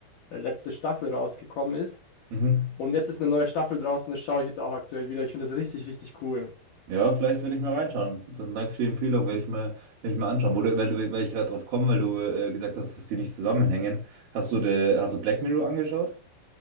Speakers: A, on the left (about 70°); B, on the right (about 65°).
A: äh, letzte Staffel rausgekommen ist.
B: mhm.
A: Und jetzt ist eine neue Staffel draußen, das schaue ich jetzt auch aktuell wieder. Ich finde das richtig, richtig cool.
B: Ja, vielleicht werde ich mal reinschauen. Dann danke für die Empfehlung, werde ich mal, werde ich mal anschauen. Wo du, weil, du- weil ich gerade drauf komme, weil du äh, gesagt hast, dass die nicht zusammenhängen. Hast du, de, hast du Black Mirror angeschaut?